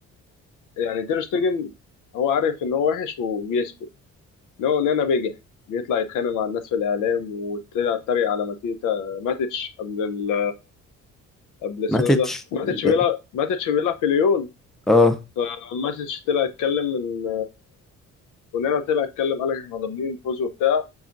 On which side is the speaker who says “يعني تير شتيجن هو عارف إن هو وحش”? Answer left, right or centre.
Left